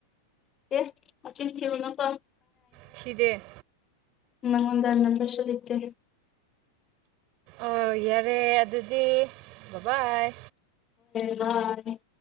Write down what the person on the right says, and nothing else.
ꯐꯤꯗꯦ
ꯑ ꯌꯥꯔꯦ ꯑꯗꯨꯗꯤ ꯕꯕꯥꯏ